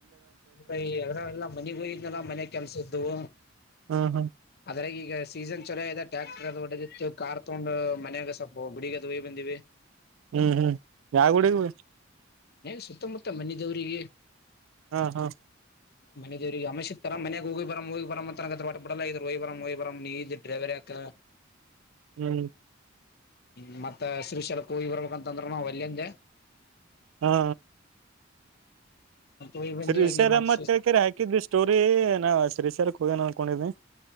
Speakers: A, on the left; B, on the right.
A: ಎಲ್ಲ ಮನೆಗ್ ಹೋಗಿದ್ನಲ್ಲ ಮನೆ ಕೆಲ್ಸ ಇದ್ದವು
B: ಹ್ಮ್ ಹ್ಮ್
A: ಅದ್ರಾಗ ಈಗ ಸೀಜನ್ ಚದೆ ಟ್ರ್ಯಾಕ್ಟರ್ ಅದು ಒಡದಿತ್ತು ಕಾರ್ ತೊಂಡು ಮಯಾಗ ಸೊಪ್ಪ ಗುಡಗ ಬಂದಿವ
B: ಹ್ಮ್ ಹ್ಮ್ ಯಾ ಗುಡಿಗ್ ಹೋಗ್
A: ಮ ಸುತ್ತಮುತ್ತ ಮನ ದವ್ರರಿಗೆ
B: ಹಾ ಹಾ
A: ಮನೆದೇವ್ರಿಗೆ ಇತ್ತಲ್ಲ ಮನೆ ಹೋಗಿ ಬರಂ ಹೋಗಿ ಬರಂ ಅಂತ ಅನಕತಿದ್ರು ಒಟ್ಟ ಬಿಡಲ್ಲ ಆಗಿದ್ರು ಹೋಗಿ ಬರಂ ಹೋಗಿ ಬರಂ ನೀ ಇದೀ ಡ್ರೈವರ್ ಯಕ
B: ಹ್ಮ್
A: ಹ್ಮ ಮತ್ತ ಶೀಷಲಕು ಇ್ರಬೇಕ ಅಂತಂದ್ರರು ನಾ ವಲ್ಯ ಅಂದೆ
B: ಹಾ
A: ಮತ್ ಹೋಗಿ ಬಂದಿವಿ
B: ಶ್ರೀಶೈಲಂ
A: ಹಂಗೆ ಮತ್ ಸುಸ್
B: ಅಂತ ಹಾಕಿದ್ದಿ ಸ್ಟೋರಿ ನಾವ ಶ್ರೀಶರ್ ಹೊಗ್ಯನ ಅನ್ಕೊಂಡಿದ್ವಿ